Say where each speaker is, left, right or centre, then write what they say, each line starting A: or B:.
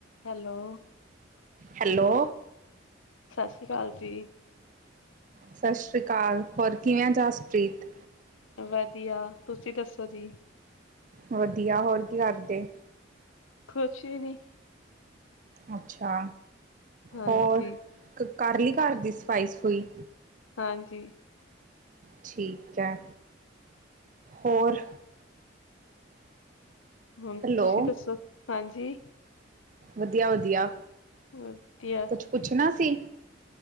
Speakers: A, on the left; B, on the right.
A: Hello.
B: Hello.
A: ਸਤਿ ਸ਼੍ਰੀ ਅਕਾਲ ਜੀ।
B: ਸਤਿ ਸ੍ਰੀ ਅਕਾਲ, ਹੋਰ ਕਿਵੇਂ ਜਾਸਪ੍ਰੀਤ?
A: ਵਧੀਆ, ਤੁਸੀਂ ਦੱਸੋ ਜੀ।
B: ਵਧੀਆ, ਹੋਰ ਕੀ ਕਰਦੇ?
A: ਕੁਛ ਵੀ ਨੀ।
B: ਅੱਛਾ,
A: ਹਾਂਜੀ।
B: ਹੋਰ ਕਰ ਲੀ ਘਰ ਦੀ ਸਫ਼ਾਈ-ਸਫੂਈ?
A: ਹਾਂਜੀ।
B: ਠੀਕ ਐ, ਹੋਰ?
A: ਹੁਨ
B: ਹੈਲੋ
A: ਤੁਸੀਂ ਦੱਸੋ ਹਾਂਜੀ।
B: ਵਧੀਆ-ਵਧੀਆ।
A: <unintelligible>
B: ਕੁਛ ਪੁੱਛਣਾ ਸੀ।